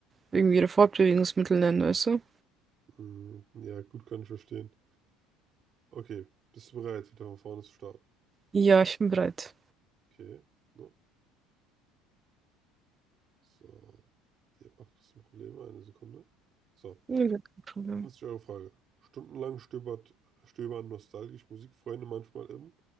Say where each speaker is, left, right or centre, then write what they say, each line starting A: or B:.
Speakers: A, on the right; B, on the right.
A: irgendwie ihre Fortbewegungsmittel nennen, weißt du?
B: Hm, ja, gut, kann ich verstehen. Okay, bist du bereit, wieder von vorne zu starten?
A: Ja, ich bin bereit.
B: Okay, no. So, die App macht ein bisschen Probleme, eine Sekunde. So,
A: Ja, gar kein Problem.
B: 50 Euro Frage. Stundenlang stöbert, stöbern nostalgisch Musikfreunde manchmal im